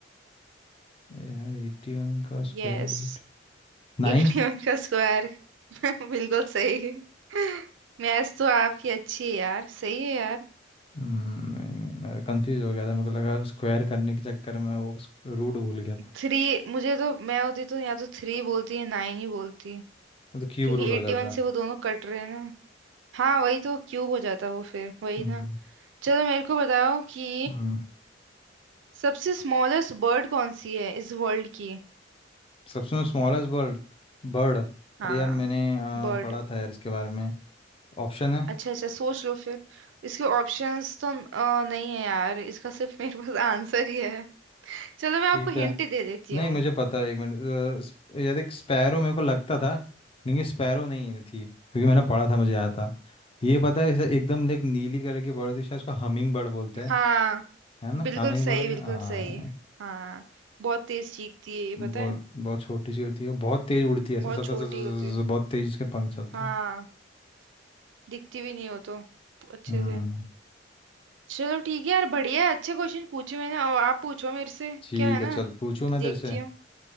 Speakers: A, on the left; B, on the right.
A: यार एटी वन का स्क्वायर
B: यस
A: रूट नाइन
B: एट्टी वन का स्क्वायर <laughs> बिल्कुल सही मैथ्स तो आपकी अच्छी है यार सही है यार
A: मैं कंफ्यूज हो गया था मुझे लगा स्क्वायर करने के चक्कर में वो रूट भूल गया था
B: थ्री मुझे तो मैं होती तो या तो थ्री बोलती या नाइन ही बोलती
A: वो तो क्यूब
B: क्योंकि
A: रूट हो
B: एट्टी
A: जाता
B: वन से वो दोनों कट रहे हैं ना हाँ वही तो क्यूब हो जाता वो फिर वही
A: हम्म
B: ना चलो मेरे को बताओ कि
A: हम्म
B: सबसे स्मॉलेस्ट बर्ड कौन सी है इस वर्ल्ड की
A: सबसे स्मॉलेस्ट बर्ड बर्ड
B: हाँ
A: अरे यार मैंने
B: बर्ड
A: अ, पढ़ा था यार इसके बारे में ऑप्शन है
B: अच्छा अच्छा सोच लो फिर इसके ऑप्शंस तो अ, नहीं है यार इसका सिर्फ मेरे पास आंसर ही है चलो मैं
A: ठीक
B: आपको
A: है
B: हिंट दे देती
A: नहीं
B: हूँ
A: मुझे पता है एक मिनट अ, स्प- यार एक स्पैरो मेरे को लगता था लेकिन ये स्पैरो नहीं है- थी क्योंकि मैंने पढ़ा था मुझे याद था ये पता है ऐसे एकदम एक नीली कलर की बर्ड थी शायद उसको हमिंग बर्ड बोलते हैं
B: हाँ
A: है ना
B: बिल्कुल
A: हमिंग
B: सही
A: बर्ड है ना
B: बिल्कुल
A: हाँ
B: सही हाँ बहुत तेज चीखती है ये पता
A: बहुत
B: है
A: बहुत छोटी सी होती है बहुत तेज उड़ती है
B: बहुत
A: ऐसे सत
B: छोटी
A: सत सत सत-
B: होती है
A: सत- बहुत तेज इसके पंख चलते
B: हाँ
A: हैं
B: दिखती भी नहीं हो तो अच्छे
A: हम्म
B: से चलो ठीक है यार बढ़िया है अच्छे क्वेश्चन पूछे मैंने और आप पूछो मेरे से
A: ठीक
B: क्या है
A: है
B: ना
A: चल पूछूं मैं
B: तो देखती
A: तेरे से
B: हूँ